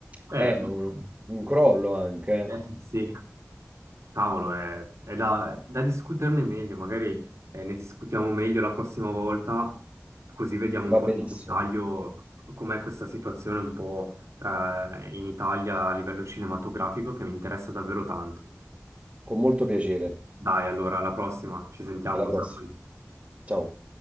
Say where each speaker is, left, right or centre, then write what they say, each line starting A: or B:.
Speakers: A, on the right; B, on the right.
A: Eh,
B: È un, un crollo anche, eh.
A: eh, sì. Cavolo, è, è da, da discuterne meglio, magari eh, ne discutiamo meglio la prossima volta, così vediamo un
B: Va
A: po'
B: benissimo.
A: nel dettaglio com'è questa situazione un po' tra- in Italia a livello cinematografico che mi interessa davvero tanto.
B: Con molto piacere.
A: Dai, allora, alla prossima, ci sentiamo,
B: Alla prossima.
A: Samuel.
B: Ciao.